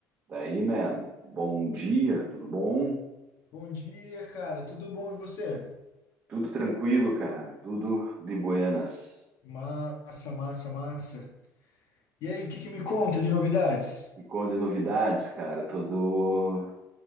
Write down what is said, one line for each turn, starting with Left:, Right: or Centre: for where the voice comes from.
Right: Daí, man, bom dia, tudo bom?
Left: Bom dia, cara. Tudo bom e você?
Right: Tudo tranquilo, cara, tudo de buenas.
Left: Massa, massa, massa. E aí, o que que me conta de novidades?
Right: E qual de novidades, cara? Tô, do-